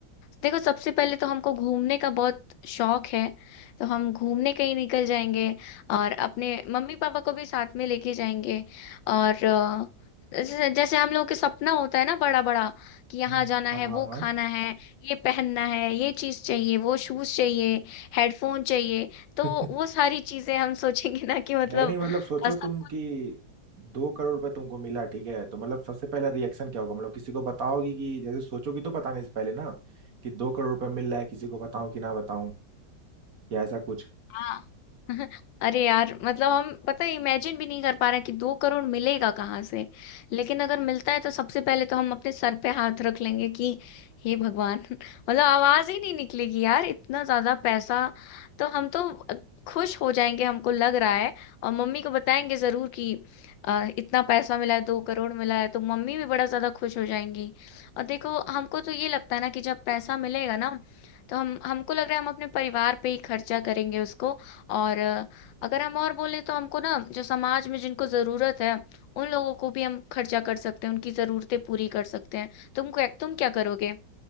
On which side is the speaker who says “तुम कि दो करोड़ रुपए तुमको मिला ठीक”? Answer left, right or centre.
Right